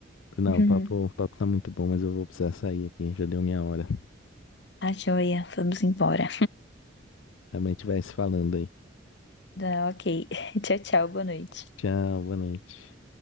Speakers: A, on the left (about 80°); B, on the left (about 60°).
A: Não,
B: <laughs>
A: o papo, o papo tá muito bom, mas eu vou precisar sair aqui. Já deu minha hora.
B: A joia, vamos embora.
A: Também a gente vai se falando aí.
B: Tá, ok. <laughs> Tchau, tchau, boa noite.
A: Tchau, boa noite.